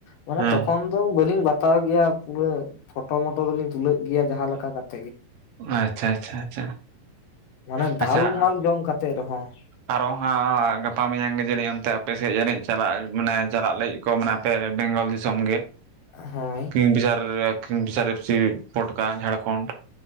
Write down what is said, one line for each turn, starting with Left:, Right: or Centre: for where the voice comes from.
Left: ᱢᱟᱱᱮ
Right: ᱦᱮᱸ
Left: ᱛᱚᱠᱷᱚᱱ ᱫᱚ ᱵᱟᱹᱞᱤᱧ ᱵᱟᱛᱟᱣ ᱜᱮᱭᱟ ᱯᱩᱨᱟᱹ ᱯᱷᱚᱴᱳ ᱢᱚᱴᱳ ᱫᱚᱞᱤᱧ ᱛᱩᱞᱟᱹᱜ ᱜᱮᱭᱟ ᱡᱟᱦᱟᱸ ᱞᱮᱠᱟ ᱠᱟᱛᱮ᱾
Right: ᱟᱪᱪᱷᱟ ᱟᱪᱪᱷᱟ ᱟᱪᱪᱷᱟ
Left: ᱢᱟᱱᱮ ᱫᱟᱞᱢᱟᱞ
Right: ᱟᱪᱪᱷᱟ
Left: ᱡᱚᱢ ᱠᱟᱛᱮ ᱨᱮᱦᱚᱸ᱾
Right: ᱟᱨᱚ ᱦᱟᱸᱜ ᱜᱟᱯᱟ ᱢᱮᱭᱟᱝ ᱜᱮ ᱡᱟᱹᱱᱤᱡ ᱚᱱᱛᱮ ᱟᱯᱮ ᱥᱮᱡ ᱡᱟᱹᱱᱤᱡ ᱪᱟᱞᱟᱜ ᱢᱟᱱᱮ ᱪᱟᱞᱟᱜ ᱞᱟᱹᱜᱤᱫ ᱠᱚ ᱢᱟᱱᱮ ᱟᱯᱮ ᱵᱮᱝᱜᱚᱞ ᱫᱤᱥᱚᱢ ᱜᱮ
Left: ᱦᱳᱭ᱾
Right: ᱠᱤᱝᱯᱷᱤᱥᱟᱨ ᱠᱤᱝᱯᱷᱤᱥᱟᱨ ᱮᱯᱷ ᱥᱤ ᱯᱚᱴᱠᱟ ᱡᱷᱟᱲᱠᱷᱚᱸᱰ